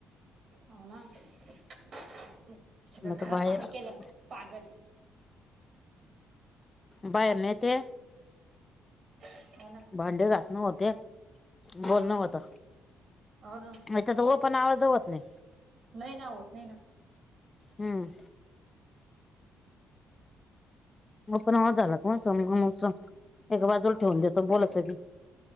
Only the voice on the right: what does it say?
हो ना <unintelligible> सगळं
घरात
पाणी केल्या पागल.
हो ना
हो ना
हो ना
नाही ना होत नाही ना.